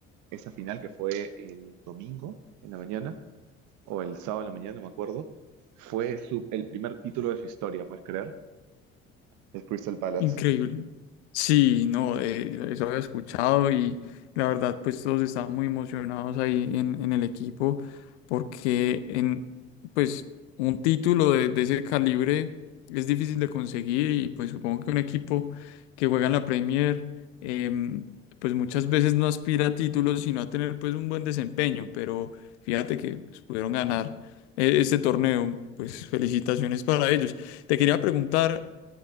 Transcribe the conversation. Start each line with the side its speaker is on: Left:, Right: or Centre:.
Right: esa final que fue el domingo en la mañana, o el sábado en la mañana, no me acuerdo, fue su- el primer título de su historia, ¿puedes creer? El Crystal Palace.
Left: Increíble. Sí, no, eh, eso había escuchado y la verdad, pues todos estaban muy emocionados ahí en, en el equipo porque en, pues, un título de, de ese calibre es difícil de conseguir y pues supongo que un equipo que juega en la Premier, em, pues muchas veces no aspira a títulos sino a tener pues un buen desempeño, pero fíjate que pues, pudieron ganar eh, este torneo, pues felicitaciones para ellos. Te quería preguntar,